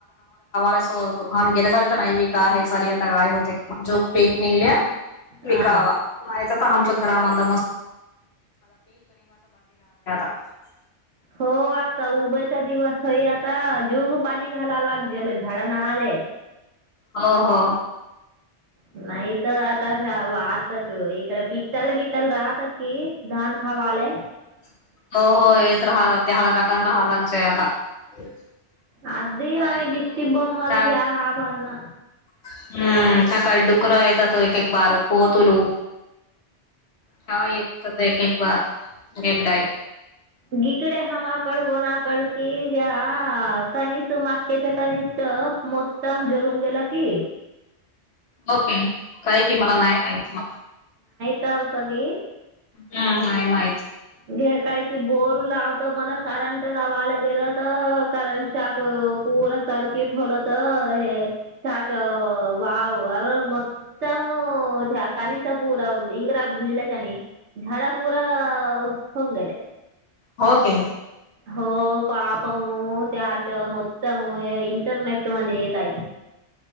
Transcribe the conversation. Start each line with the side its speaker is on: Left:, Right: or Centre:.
Left: <unintelligible> म आम्ही गेल्यासाली तर नाही विकाय हे साली आता काय होतय जो पीक निघल्या
Right: हा
Left: विकावा <unintelligible> हामच्या खरा म्हण <unintelligible>
Right: हो आता उभचा दिवस हये आता जीव्हू पाणी घालालागजेल झाडाना आले <unintelligible>
Left: हो हो
Right: नाही त आ <unintelligible> <unintelligible>
Left: <unintelligible>
Right: आधी
Left: येतात
Right: आम्ही दिष्टि बोम् मारू
Left: त्या
Right: दया आम्हाना
Left: हम्म का काय डुक्करा येतात एक एक बारको तुलो हा येतच आहे की बा एकडाई
Right: गीकडे हा माग कड कोणाकड कि घ्या कनिस मक्याच कनिस च मोतम जोरून गेलं की
Left: ओके काय की मला नाही माहित म
Right: ताव का गे
Left: हम्म नाही माहीत
Right: घे काही कि बोर लावत मन करंट लावायला गेलं त करंट शाक पूरा सर्किट होल त हे त्याच वाव मतम त्या कनिसा पूरा इंग्र भुजल्याच्यानी झाडापूरा आ आ होंगलये
Left: होके
Right: हो पापमु त्याच मत म इंटरनेट मध्ये येत आहे